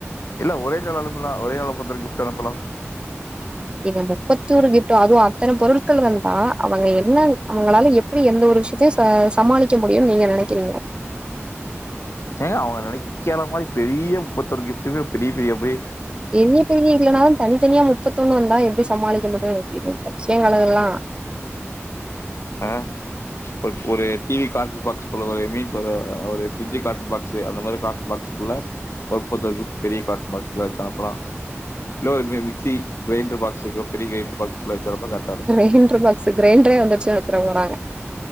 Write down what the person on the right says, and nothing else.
எங்க முப்பத்து ஒரு கிப்ட் அதுவு அத்தன பொருள் கள் வந்தா அவங்க என்ன அவங்களால எப்டி எந்த ஒரு விஷயத்தையு ச சமாளிக்க முடியும்னு நீங்க நெனைக்கிறீங்க
எனிய பெரிய இல்லைனாலு தனித்தனியா முப்பத்தொண்ணு வந்தா எப்டி சமாளிக்க முடியு இப்ப பச்சியவழகலா
கிரைண்டர் பாக்ஸ் கிரைண்டரே வந் <unintelligible> போறாங்க